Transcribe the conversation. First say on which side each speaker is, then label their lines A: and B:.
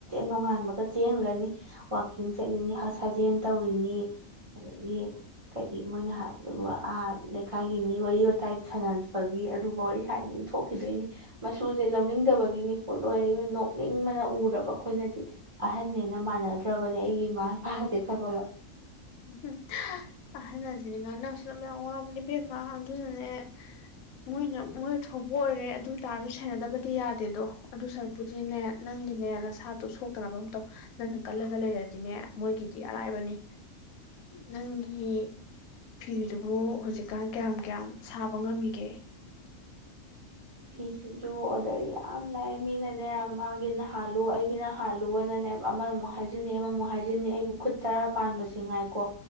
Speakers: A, on the right (about 55°); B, on the left (about 85°).
A: ꯅꯣꯡꯉꯥꯟꯕꯒ ꯆꯦꯟꯈꯒ꯭ꯔꯅꯤ ꯋꯥꯛꯀꯤꯡ ꯆꯠꯂꯤꯅꯤ ꯁꯥꯖꯦꯜ ꯇꯧꯔꯤꯅꯤ ꯑꯗꯒꯤ ꯀꯔꯤ ꯃꯣꯏꯅ ꯍꯥꯏꯕꯗꯨꯕꯨ ꯑꯥ ꯂꯩꯀꯥꯏꯒꯤ ꯃꯤ ꯋꯥꯔꯤ ꯋꯥꯇꯥꯏ ꯁꯥꯟꯅꯕꯒꯤ ꯑꯔꯨꯕ ꯋꯥꯔꯤ ꯁꯥꯏꯅꯤ ꯊꯣꯛꯈꯤꯗꯣꯏꯅꯤ ꯃꯁꯨꯖꯦ ꯂꯧꯅꯤꯡꯗꯕꯒꯤꯅꯤ ꯂꯣꯏꯔꯦ ꯏꯕꯦꯝꯃ ꯅꯣꯛꯅꯤꯡꯕꯅ ꯎꯔꯕ ꯑꯩꯈꯣꯏꯅꯗꯤ ꯑꯍꯟꯅꯦꯅ ꯃꯥꯟꯅꯗ꯭ꯔꯕꯅꯦ ꯑꯩꯒꯤ ꯏꯃꯥ ꯏꯄꯥꯒꯖꯦ ꯈꯪꯉꯕ
B: ꯎꯝ ꯑꯍꯜꯑꯖꯤꯗꯤ ꯉꯥꯡꯅ ꯁꯛꯅꯕ ꯌꯥꯝ ꯋꯥꯕꯅꯦ ꯏꯕꯦꯝꯃ ꯑꯗꯨꯅꯅꯦ ꯃꯣꯏꯅ ꯃꯣꯏ ꯊꯣꯛꯄ ꯑꯣꯏꯔꯦ ꯑꯗꯨ ꯑꯣꯏ ꯇꯥꯔꯖꯨ ꯁꯦꯟꯅꯗꯕꯗꯤ ꯌꯥꯗꯦꯗꯣ ꯑꯗꯨ ꯁꯔꯨꯛꯄꯨꯗꯤꯅꯦ ꯅꯪꯒꯤꯅꯦ ꯅꯁꯥꯗꫭ ꯁꯣꯛꯇꯅꯕ ꯑꯝꯇꯧ ꯅꯪꯅ ꯀꯜꯂꯒ ꯂꯩꯔꯗꯤꯅꯦ ꯃꯣꯏꯒꯤꯗꯤ ꯑꯔꯥꯏꯕꯅꯤ ꯅꯪꯒꯤ ꯐꯤꯗꯨꯕꯨ ꯍꯧꯖꯤꯛꯀꯥꯟ ꯀꯌꯥꯝ ꯀꯌꯥꯝ ꯁꯥꯕ ꯉꯝꯃꯤꯒꯦ
A: ꯐꯤꯁꯤꯁꯨ ꯑꯣꯗꯔ ꯌꯥꯝ ꯂꯥꯛꯑꯦ ꯃꯤꯅꯅꯦ ꯃꯥꯒꯤꯅ ꯍꯥꯜꯂꯨ ꯑꯩꯒꯤꯅ ꯍꯥꯜꯂꯣꯅꯅꯦ ꯑꯃꯃꯨꯛ ꯍꯥꯏꯖꯤꯟꯅꯤ ꯑꯃꯃꯨꯛ ꯍꯥꯏꯖꯤꯟꯅꯤ ꯑꯩꯕꯨ ꯈꯨꯠ ꯇꯔꯥ ꯄꯥꯟꯕꯁꯤ ꯉꯥꯏꯀꯣ